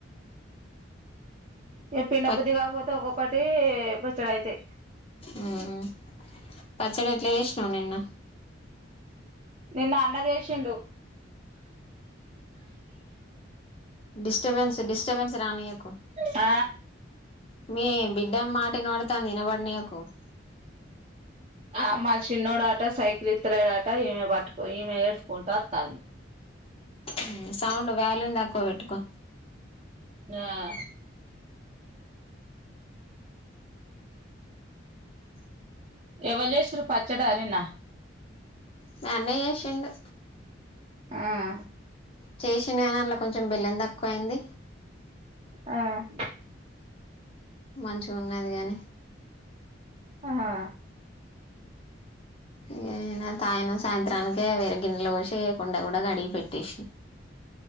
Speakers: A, on the right (about 30°); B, on the left (about 30°).
A: ఇగా పిండ
B: ప
A: బుద్ధి గాపోతే ఒక్కొక్కటి బొచ్చడైతాయి.
B: ఆ పచ్చడెట్లా జేష్నవ్ నిన్నా.? !
A: నిన్న అన్న జేసిండు.
B: Disturbance, disturbance రానియకు.
A: అ.
B: మీ బిడ్డ మాటినబడతాంది, ఇనబడనీయకు. !
A: ఆ మా చిన్నోడాట సైకిలిత్తలేడాట ఈమె బట్టుకో, ఈమె ఏడ్చకుంటాత్తాంది.
B: ఉమ్మ్మ్ సౌండ్ వాల్యూం దకువబెట్టుకో.
A: న్హా. యావల్జేసిరు పచ్చడా నిన్నా.?
B: మీ అన్నె జేసిండు.
A: ఆహా.
B: చేసిన్డుగానీ అండ్ల కొంచెం బెల్లం దక్కువైంది.
A: ఆ.
B: మంచిగున్నది గాని.
A: అహా.
B: ఇగా. నేను తాయినా సాయంత్రానికే వేరే గిన్నెల బోసి కుండా గూడా గడిగి పెట్టేస్నా.